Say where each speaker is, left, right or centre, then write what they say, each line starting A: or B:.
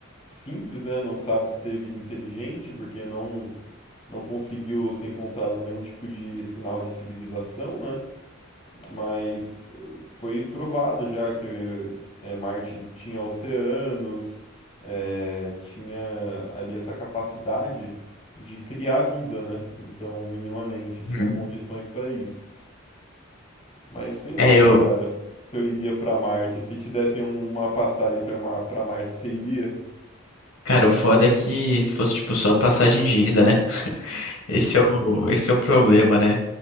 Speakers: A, on the left; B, on the left.
A: simples, né? Não sabe se teve vida inteligente, porque não não conseguiu ser encontrado nenhum tipo de sinal de civilização, né? Mas foi provado já que é, Marte tinha oceanos, é, tinha ali essa capacidade de criar vida, né? Então, minimamente, tinha
B: Uhum.
A: condições para isso. Mas sei lá,
B: É, eu.
A: cara, se eu iria para Marte, se te dessem um- uma passagem para Ma pra Marte, você iria?
B: Cara, o foda é que se fosse, tipo, só passagem de ida, né? Esse é o, esse é o problema, né?